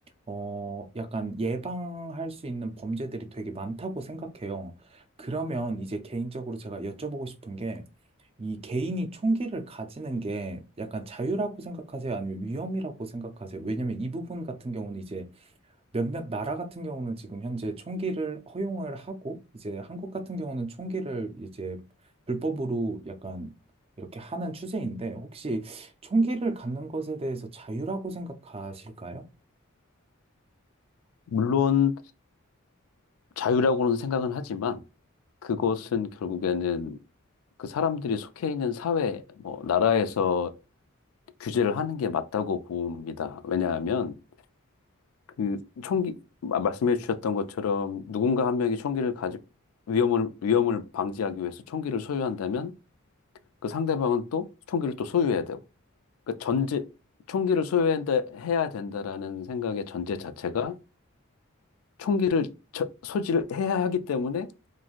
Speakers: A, on the right; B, on the left.
A: 어, 약간 예방할 수 있는 범죄들이 되게 많다고 생각해요. 그러면 이제 개인적으로 제가 여쭤보고 싶은 게, 이 개인이 총기를 가지는 게 약간 자유라고 생각하세요? 아니면 위험이라고 생각하세요? 왜냐면 이 부분 같은 경우는 이제 몇몇 나라 같은 경우는 지금 현재 총기를 허용을 하고, 이제 한국 같은 경우는 총기를 이제 불법으로 약간 이렇게 하는 추세인데, 혹시 총기를 갖는 것에 대해서 자유라고 생각하실까요?
B: 물론 자유라고는 생각은 하지만 그것은 결국에는 그 사람들이 속해 있는 사회, 뭐, 나라에서 규제를 하는 게 맞다고 봅니다. 왜냐하면 그 총기, 마- 말씀해 주셨던 것처럼 누군가 한 명이 총기를 가지, 위험을, 위험을 방지하기 위해서 총기를 소유한다면 그 상대방은 또 총기를 또 소유해야 되고. 그 전제, 총기를 소유해야 된다라는 생각의 전제 자체가 총기를 저- 소지를 해야 하기 때문에